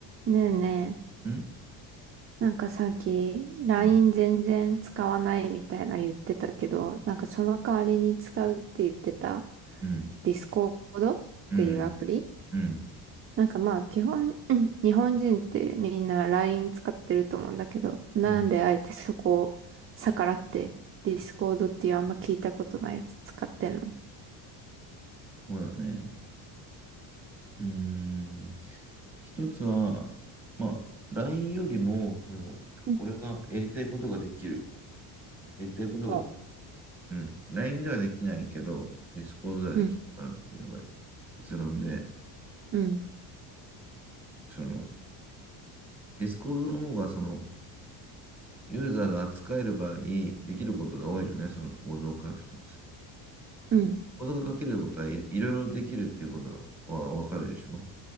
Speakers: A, on the right; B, in the centre.
A: ねえね
B: うん、
A: え、なんかさっき LINE
B: うん、
A: 全然使わないみたいな言ってたけど、なんかその代わりに使うって言ってた
B: うん、
A: Discord っていうアプリ
B: うん、うん、うん、
A: なんかまあ基本、うん日本人ってみんな LINE 使ってると思うんだけど、なんであえてそこを逆らって
B: うん
A: Discord っていうあんま聞いたことないやつ使ってんの
B: そうだね。うーん。一つは、まあ、LINE よりも、その、
A: うん
B: 俺がやりたいことができる。やりたいことが、
A: そ
B: うん、LINE ではできないけど、Discord ではできるからっていうのが
A: ううん、
B: 結論で、
A: うん、
B: その、Discord の方が、その、ユーザーが扱える場合、できることが多いのね、その行動を書くとかさ。
A: うん、
B: 行動が書けることはい、いろいろできるっていうことはわかるでしょ